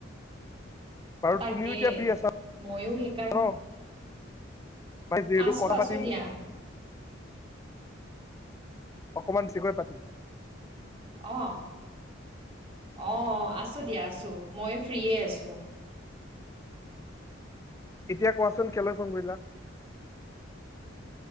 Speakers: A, on the left; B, on the right.
A: বাৰু
B: তাকে
A: তুমিও এতিয়া ফ্ৰী আছা
B: ময়ো সেই কাৰণে,
A: ন মানে যিহেতু
B: আছো,
A: কথা
B: আছো
A: পাতিম
B: দিয়া।
A: অকণমান বেছিকৈ পাতিম
B: অহ, অ, আছো দিয়া আছো মই ফ্ৰীয়ে আছো।
A: এতিয়া কোৱাচোন কেলৈ ফোন কৰিলা?